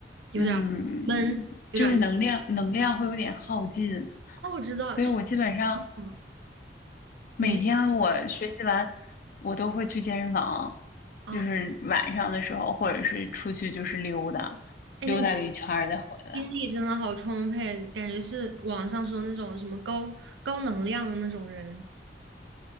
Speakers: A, on the right; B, on the left.
A: 有点儿闷，
B: 嗯，
A: 有点儿，
B: 就是能量能量会有点耗尽，
A: 哦，我知道，
B: 所以我基本上
A: 就是，嗯，
B: 每天我学习完，
A: 你是
B: 我都会去健身房，
A: 啊。
B: 就是晚上的时候，或者是出去就是溜达，
A: 哎，
B: 溜达个一圈儿再回来。
A: 那你精力真的好充沛，感觉是网上说那种什么高高能量的那种人。